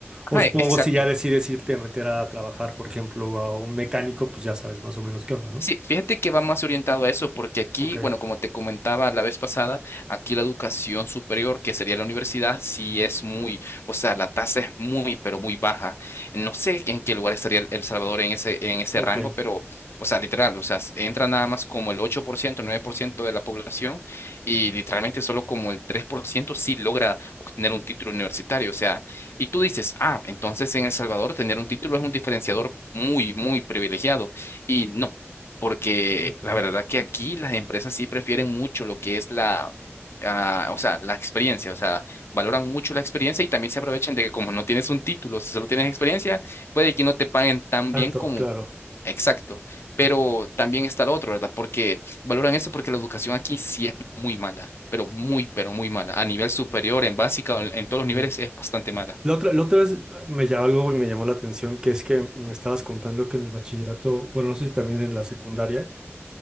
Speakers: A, on the left; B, on the right.
A: Ajá,
B: O supongo
A: exacto.
B: si ya decides irte a meter a trabajar, por ejemplo, a un mecánico, pues ya sabes más o menos qué onda, ¿no?
A: Sí, fíjate que va más orientado a eso, porque aquí,
B: Ok,
A: bueno, como te comentaba la vez pasada, aquí la educación superior, que sería la universidad, sí es muy, o sea, la tasa es muy, pero muy baja. No sé en qué lugar estaría El El Salvador en ese, en ese
B: ok.
A: rango, pero, o sea, literal, o sea, entra nada más como el 8%, 9% de la población y literalmente solo como el 3% sí logra obtener un título universitario. O sea, y tú dices, ah, entonces en El Salvador tener un título es un diferenciador muy, muy privilegiado. Y no porque
B: Ok.
A: la verdad que aquí las empresas sí prefieren mucho lo que es la, ah, o sea, la experiencia, o sea, valoran mucho la experiencia y también se aprovechan de que como no tienes un título, si solo tienes experiencia, puede que no te paguen tan
B: Tanto,
A: bien como
B: claro.
A: exacto, pero también está lo otro, ¿verdad? Porque valoran eso porque la educación aquí sí es muy mala, pero muy, pero muy mala. A nivel superior, en básica, en en todos los niveles
B: Sí.
A: es bastante mala.
B: La otra, la otra vez me llamó algo y me llamó la atención, que es que me estabas contando que en el bachillerato, bueno, no sé si también en la secundaria,